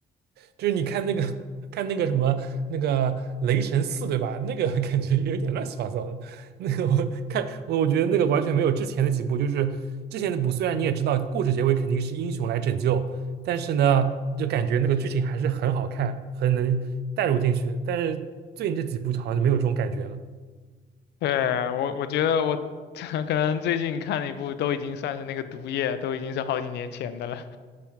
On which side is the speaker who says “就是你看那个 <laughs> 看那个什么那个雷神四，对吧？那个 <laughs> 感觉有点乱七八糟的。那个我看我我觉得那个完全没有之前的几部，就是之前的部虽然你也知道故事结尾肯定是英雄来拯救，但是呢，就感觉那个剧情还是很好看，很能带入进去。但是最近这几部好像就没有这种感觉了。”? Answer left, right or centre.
Right